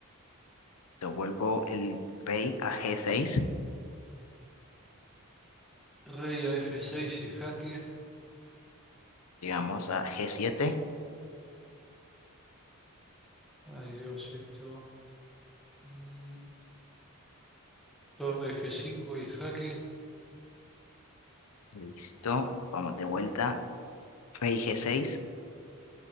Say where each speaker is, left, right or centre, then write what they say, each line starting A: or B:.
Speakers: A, on the left (about 75°); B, in the centre.
A: Yo vuelvo el rey a g seis
B: Rey a F6 y jaque.
A: Llegamos a G7.
B: Ay Dios, esto. Mm, torre F5 y jaque.
A: Listo. Vamos de vuelta. Rey G6.